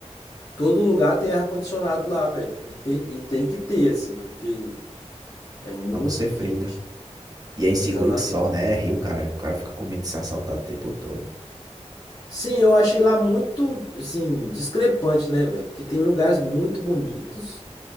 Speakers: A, on the left; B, on the right.
A: todo lugar tem ar-condicionado lá, velho. E tem, e tem que ter, assim, porque é muito
B: Não, você frita.
A: quente.
B: E é inseguro
A: Exatamente.
B: que só, né? É Rio, cara. O cara fica com medo de ser assaltado o tempo todo.
A: Sim, eu achei lá muito, assim, discrepante, né, velho? Porque tem lugares muito bonitos,